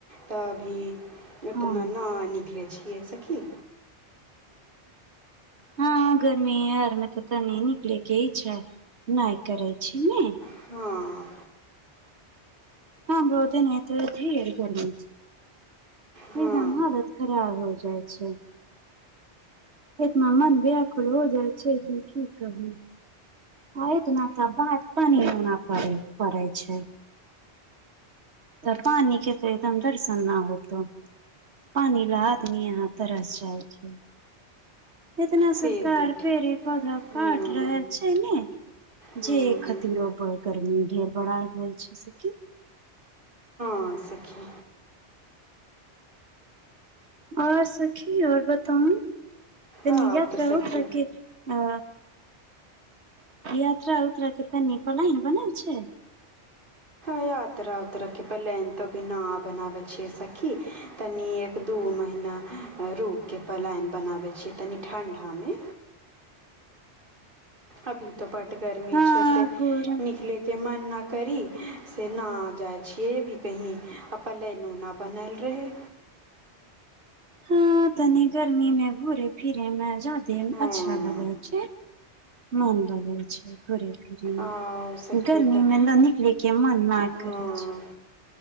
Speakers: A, on the right; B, on the right.
A: तऽ अभी ओतना
B: हँ
A: ना निकले छीये सखी
B: हँ गर्मी आर मे त तऽ नहि निकले के इच्छा नाय करै छै नह
A: हँ
B: हं बहुते नै हैतै अथी आर गर्मी
A: हँ
B: एकदम हालत खराब हो जाय छै एतना मन व्याकुल हो जाय छै कि की कहु ह एतना तऽ बात पान होना पड़े पड़े छै तऽ पानिके त एकदम दर्शन न होतौ पानी ल आदमी यहाँ तरस जाइ छै इतना
A: से
B: सरकार
A: तो ठीक
B: पेड़े पौधा
A: हँ
B: काट रहल छै <unintelligible> हय नै
A: हँ
B: जे खतिर गर्मी ढेर बरा गेल छै सखी
A: ह सखी
B: आओर सखी आओर बताउ कनि
A: आउ
B: यात्रा
A: तऽ सखी
B: उत्तरा के आ यात्रा उत्रा के तनी पलान बनल छै
A: यात्रा उतरा के पलेन तो अभी न बनाबे छैऐस की तनी दू महीना रुकके पलायन बनाबै छियै तनि ठण्डामे अभी तो बड गर्मी
B: हँ
A: छै से
B: घुर
A: निकले के मन नहि करी से नहि जाइ छियै भी कही आ प ले नूना बनल रहै
B: हँ तनी गर्मी में घूरे फिरे मे जादे
A: हँ
B: अच्छा लगै छै मन लगै छै घुरे फिरे मे
A: आ सखी
B: गर्मी
A: तऽ
B: मे न निकले के मन ना
A: हँ
B: करै छै